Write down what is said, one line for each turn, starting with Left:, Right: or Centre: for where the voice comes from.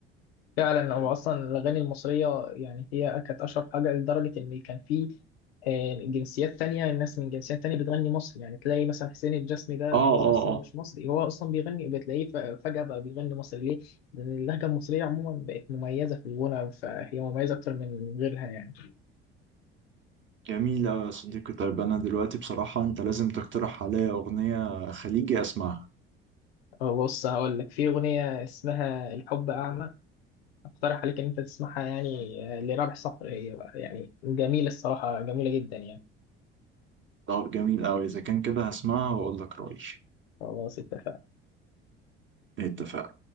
Left: فعلا هو اصلا الاغاني المصريه يعني هي كانت اشهر حاجه لدرجه ان كان في آه، جنسيات تانية الناس من جنسيات تانية بتغني مصري يعني تلاقي مثلا حسين الجسمي ده
Right: اه
Left: اللي
Right: اه
Left: هو اصلا
Right: اه
Left: مش مصري هو اصلا بيغني بتلاقيه ف- فجاه بقى بيغني مصري ليه؟ لان اللهجه المصريه عموما بقت مميزه في الغنى فهي مميزه اكتر من غيرها يعني
Right: جميل أوي يا صديقي طيب أنا دلوقتي بصراحة أنت لازم تقترح عليا أغنية خليجي أسمعها
Left: آه، بص هقول لك في اغنيه اسمها الحب اعمى اقترح عليك ان انت تسمعها يعني آه، لرابح صقر هي بقى يعني جميله الصراحه جميله جدا يعني
Right: طب جميل أوي إذا كان كده هسمعها وأقول لك رأيي
Left: خلاص اتفقنا
Right: اتفقنا